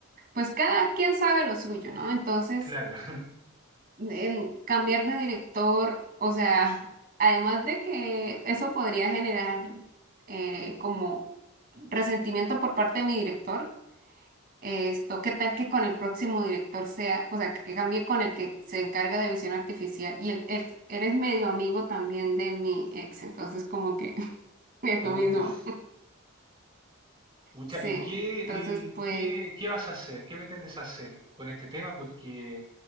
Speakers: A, on the right; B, on the right.
A: pues cada quien sabe lo suyo, ¿no? Entonces,
B: Claro. <laughs>
A: en cambiar de director, o sea, <laughs> además de que eso podría generar eh, como resentimiento por parte de mi director, esto, ¿qué tal que con el próximo director sea, o sea, que cambie con el que se encarga de visión artificial? Y él, él, él es medio amigo también de mi ex, entonces como que <laughs> es lo
B: Uf.
A: mismo.
B: Pucha,
A: Sí,
B: ¿y qué,
A: entonces
B: y
A: pues,
B: qué, qué vas a hacer? ¿Qué pretendes hacer con este tema? Porque